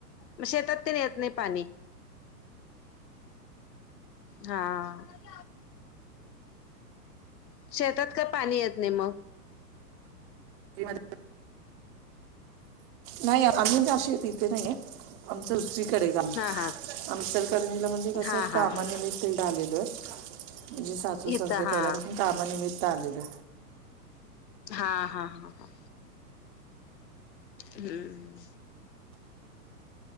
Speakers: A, on the left; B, on the right.
A: मग शेतात ते नाही येत नाही पाणी हा <unintelligible> शेतात का पाणी येत नाही मग
B: <unintelligible> नाही आम्ही अशी इथे नाही आहे आमच उसरीकडे गम
A: हा हा
B: आमचलकरंजीला म्हणजे कसं
A: हा हा
B: कामानिमित्त
A: हा
B: इ आलेलो आहे. म्हणजे सासू
A: इथं
B: सासरे
A: हा
B: पहिल्यापासून कामानिमित्त आलेले.
A: हा हा हा हा. हम्म.